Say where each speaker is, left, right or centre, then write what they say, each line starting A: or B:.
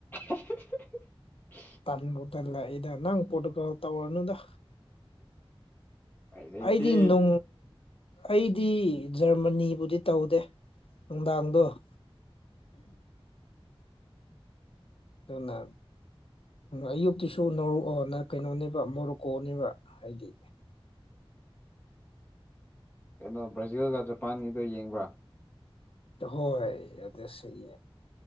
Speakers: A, on the left; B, on the left.
A: <inaudible>
B: ꯇꯟꯃꯗꯂ ꯏ ꯅꯪ ꯄꯇꯀ ꯇ ꯋꯥꯔꯅꯨꯗ
A: ꯎꯄꯥꯏ ꯂꯩꯇꯦ
B: ꯑꯩꯗꯤ ꯑꯗꯨ ꯑꯩꯗꯤ ꯖꯔꯃꯅꯤꯕꯨꯗꯤ ꯇꯧꯗꯦ ꯅꯨꯡꯗꯥꯡꯗꯣ <inaudible> ꯑꯅ ꯑꯌꯨꯛꯇꯀꯤꯤꯁꯨ ꯅ ꯀꯩꯅꯣꯅꯦꯕ ꯃꯣꯔꯣꯛꯀꯣꯅꯦꯕ ꯍꯥꯏꯗꯤ
A: ꯀꯩꯅꯣ ꯕ꯭ꯔꯥꯖꯤꯜꯒ ꯖꯄꯥꯟꯒꯤꯗꯣ ꯌꯦꯡꯕ꯭ꯔꯥ
B: ꯍꯣꯏ ꯑꯗ ꯁꯔꯤ